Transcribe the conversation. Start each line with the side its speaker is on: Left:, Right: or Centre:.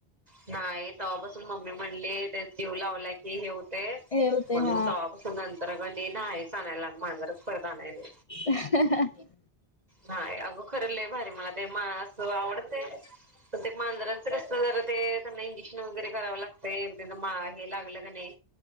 Right: नाही तवापासून मम्मी म्हणली त्या जीव लावला की हे हुतंय
Left: हे होते
Right: म्हणून
Left: हा
Right: तवापासू नंतर कनी नाहीच आणायला, आमी मांजरच परत आणाय नई
Left: <inaudible>
Right: हाय आग खरं लय भारी मला ते मा अस आवडतय पण ते मांजरां च कस जरा ते त्यांना इंजीक्शन वगैरे करावं लागतय म त्यांच मा हे लागलं कणी